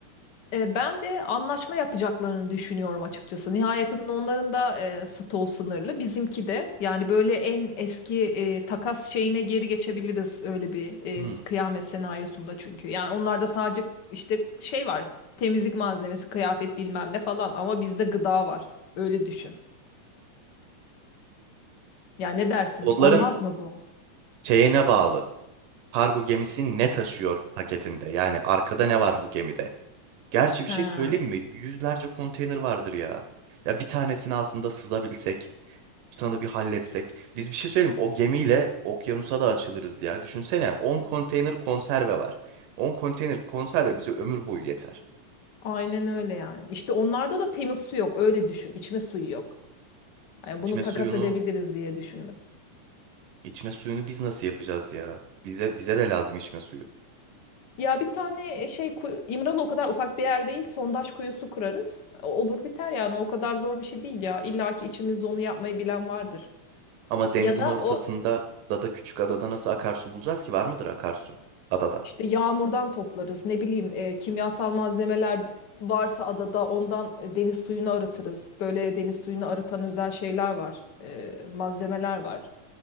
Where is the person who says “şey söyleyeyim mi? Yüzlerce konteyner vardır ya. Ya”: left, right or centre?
Right